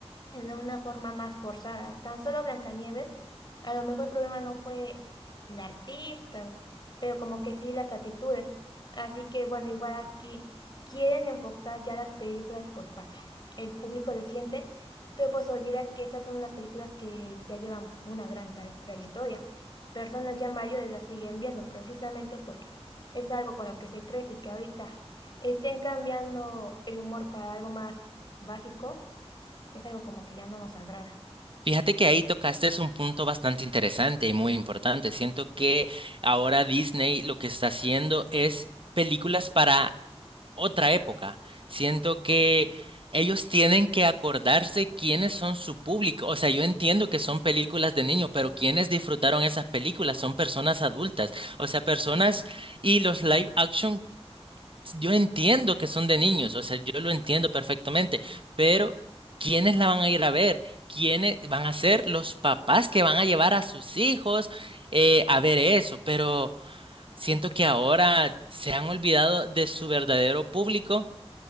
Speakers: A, on the left (about 40°); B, on the right (about 55°).
A: en una forma más forzada. Tan solo Blancanieves, a lo mejor el problema no fue el artista, pero como que sí las actitudes. Así que bueno, igual aquí quieren enfocar ya las películas pues para el público reciente, pero pues se olvida que esas son las películas que ya llevan una gran tra- trayectoria. Personas ya mayores las siguen viendo precisamente porque es algo con lo que se crece y que ahorita estén cambiando el humor para algo más básico es algo como que ya no nos agrada.
B: Fíjate que ahí tocaste es un punto bastante interesante y muy importante. Siento que ahora Disney lo que está haciendo es películas para otra época. Siento que ellos tienen que acordarse quiénes son su público. O sea, yo entiendo que son películas de niños, pero quienes disfrutaron esas películas son personas adultas. O sea, personas y los live action, yo entiendo que son de niños. O sea, yo lo entiendo perfectamente, pero ¿quiénes la van a ir a ver? ¿Quiénes van a ser los papás que van a llevar a sus hijos eh, a ver eso? Pero siento que ahora se han olvidado de su verdadero público